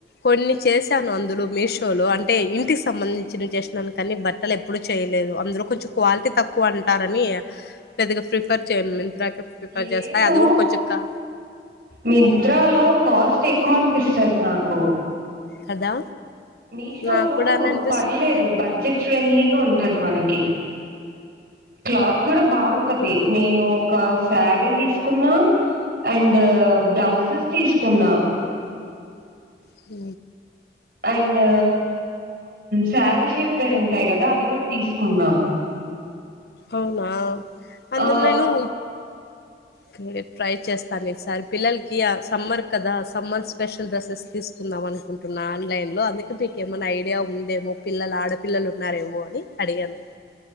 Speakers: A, on the left (about 65°); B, on the right (about 55°).
A: కొన్ని చేశాను అందులో మీషోలో అంటే ఇంటికి సంబంధించిన జస్ట్ మనకాన్ని బట్టలు ఎప్పుడు చేయలేదు అందులో కొంచెం క్వాలిటీ తక్కువ అంటారని పెద్దగా ప్రిఫర్ చేయను మింత్రాకే ప్రిఫర్
B: లేదు
A: చేస్తా అది కూడా కొంచెం క
B: నిద్రలో కాస్ట్ ఎక్కువ అనిపిస్తది నాకు
A: కదా
B: మీషో
A: నాకు
B: లో
A: కూడా అని అనిపిస్తుంది
B: పర్లేదు బడ్జెట్ ఫ్రెండ్లీ ఉంటది మనకి క్లాత్ కూడా బాగుంటది నేను ఒక శారీ తీసుకున్నా అండ్ బ్లౌజస్ తీసుకున్నా
A: హ
B: అండ్ శారీ షేప్ వేరుంటాయి కదా అవి కూడా తీసుకున్నా
A: అవునా అందున్నాైను
B: ఆ!
A: క్రడ ట్రై చేస్తాను ఈసారి పిల్లలకి సమ్మర్ కదా సమ్మర్ స్పెషల్ డ్రెస్సెస్ తీసుకుందాం అనుకుంటున్నా ఆన్లైన్లో అందుకే మీకు ఏమైనా ఐడియా ఉందేమో పిల్లలు ఆడపిల్ల లు ఉన్నారేమో అని అడిగాను